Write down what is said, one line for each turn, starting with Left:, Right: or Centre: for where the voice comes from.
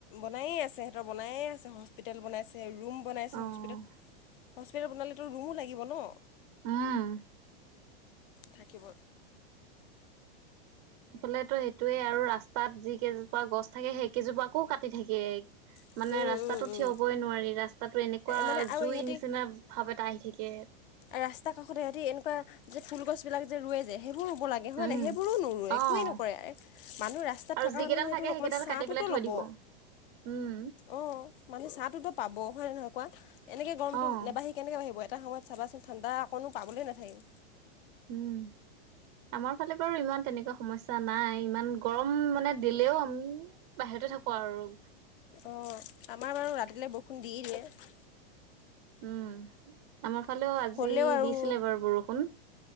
Left: বনায়ে আছে, সিহঁতৰ বনায়ে আছে, হস্পিতেল বনাইছে। ৰুম বনাইছে,
Right: অ',
Left: হস্পিতেল, হস্পিতেল বনালেতো ৰুমো লাগিব ন।
Right: উম।
Left: থাকিব।
Right: ইফালেতো সেইটোয়েই আৰু ৰাস্তাত যি কেইজোপা গছ থাকে সেই কেইজোপাকো কাটি থাকে।
Left: উম
Right: মানে ৰাস্তাটো
Left: উম উম
Right: থিয় হবই নোৱাৰি, ৰাস্তাতো এনেকুৱা
Left: মানে আৰু
Right: জুই
Left: ইহঁতি
Right: নিচিনা। ভাপ এটা আহি থাকে।
Left: ৰাস্তা কাষতে ইহতি এনেকুৱা যে ফুল গছ বিলাক যে ৰুৱে যে সেইবোৰ ৰুব লাগে। এহ
Right: উম,
Left: নে সেইবোৰো নোৰুয়ে
Right: অ',
Left: একোৱেই নকৰে, মানুহ ৰাস্তাত
Right: আৰু
Left: থকা
Right: যিকেইডাল
Left: মানুহেতো
Right: থাকে
Left: অকণমান
Right: সেইকেইডাল
Left: ছাঁটোতো
Right: কাটি পেলাই থৈ
Left: ল'ব।
Right: দিব। উম,
Left: অ'। মানুহ চাটোতো পাব হয় নহয় কোৱা। এনেকে গৰমটো
Right: অ',
Left: নাবাঢ়ি কেনেকে বাঢ়িব এটা সময়ত চাবাচোন। ঠাণ্ডা অকণো পাবলই নাথাকিব।
Right: উম। আমাৰ ফালে বাৰু ইমান তেনেকুৱা সমস্যা নাই ইমান গৰম মানে দিলেও আমি। বাহিৰতে থাকো আৰু।
Left: অ' আমাৰ বাৰু ৰাতিলৈ বৰষুণ দিয়েই দিয়ে।
Right: উম আমাৰ ফালেও আজি
Left: হ'লেও আৰু
Right: দিছিলে বাৰু বৰষুণ।